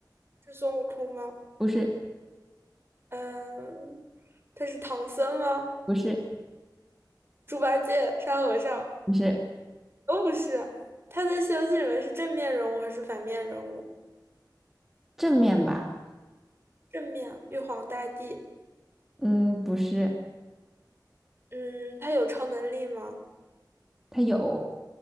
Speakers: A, on the right (about 30°); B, in the centre.
A: 是孙悟空吗？
B: 不是，
A: 嗯、他是唐僧吗？
B: 不是，
A: 猪八戒、沙和尚。
B: 不是
A: 都不是，他在《西游记》里面是正面人物还是反面人物？
B: 正面吧？
A: 正面，玉皇大帝。
B: 嗯，不是，
A: 嗯，他有超能力吗？
B: 它有，